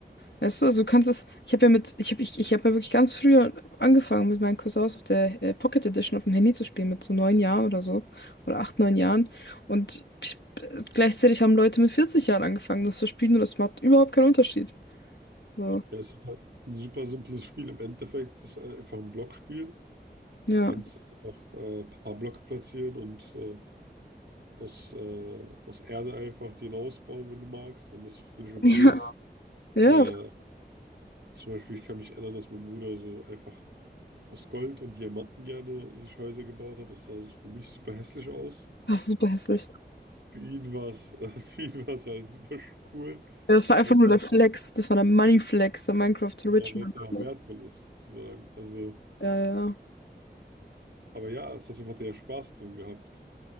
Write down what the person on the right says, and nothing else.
Ja, es ist halt ein super simples Spiel im Endeffekt. Es ist ein- einfach ein Blockspiel.
Du kannst einfach äh, ein paar Blöcke platzieren und äh, aus, äh, aus Erde einfach den ausbauen, wenn du magst, wenn das für dich okay
ist.
Äh,
zum Beispiel, ich kann mich erinnern, dass mein Bruder so einfach aus Gold und Diamanten gerne sich Häuser gebaut hat. Das sah so für mich super hässlich aus.
Aber für ihn war es, äh, <laughs> für ihn war es halt super cool,
weil
es
einfach,
weil
es einfach
wertvoll ist, sozusagen. Also,
aber ja, trotzdem hat er ja Spaß dran gehabt.